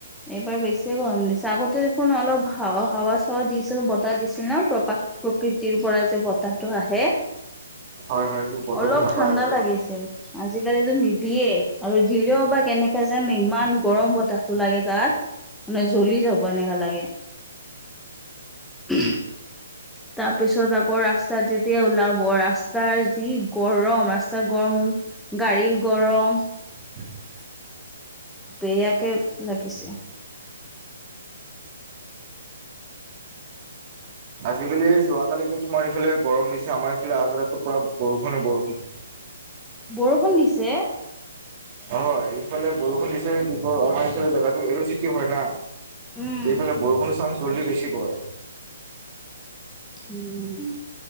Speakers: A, in the centre; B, on the right.
A: এইবাৰ বেছিয়ে গৰম দিছে আগতে দেখোন অলপ হাৱ হাৱা চাৱা দিছে বতাহ দিছিল ন প্ৰ প্ৰকৃতিৰ পৰা যে বতাহটো আহে
B: হয় হয় এইটো বতৰটো
A: অলপ
B: নাপায়
A: ঠাণ্ডা
B: আজি
A: লাগিছে আজিকালিটো নিদিয়ে আৰু দিলেও বা কেনেকা যে ইমান গৰম বতাহটো লাগে গাত, মানে জ্বলি যাব এনেকা লাগে <unintelligible> তাৰপিছত আকৌ, ৰাস্তাত যেতিয়া ওলাব ৰাস্তাৰ যি গৰম ৰাস্তাৰ গৰম গাড়ীৰ গৰম
B: <unintelligible>
A: অ'বেয়াকে লাগিছে
B: আজিকালি যোৱাকালিতো তোমাৰ ইফালে গৰম দিছে আমাৰ এইফালে আজি ৰাতিপুৱা বৰষুণে বৰষুণ
A: বৰষুণ দিছে
B: হয় এইফালে বৰষুণ দিছে কি কয় আমাৰ এইফালে জেগাত এমচিকিয়ো হয় না
A: উম
B: এই ফালে বৰষুণ চানছ হলে বেছি হয়
A: উম,